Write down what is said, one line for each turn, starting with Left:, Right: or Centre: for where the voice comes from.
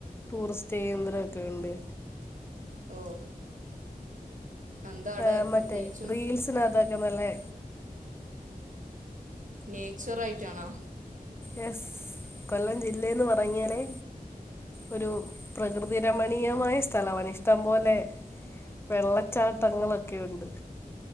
Left: ടൂറിസ്റ്റ് ഏന്ദ്രക്കെ ഉണ്ട്
Right: ഓ എന്താ അവിടെ
Left: ആ മറ്റേ
Right: പ്രത്യേകിച്ചും
Left: റീൽസ് ഇടതാ ക്കാ മറ്റ് ലെ
Right: നെയ് ചോർആയിട്ടാണോ?
Left: യെസ് കൊല്ലം ജില്ലേന്ന് പറഞ്ഞാല്. ഒരു പ്രകൃതി രമണീയമായ സ്ഥലമാണ്. ഇഷ്ടം പോലെ വെള്ളച്ചാട്ടങ്ങളൊക്കെയുണ്ട്.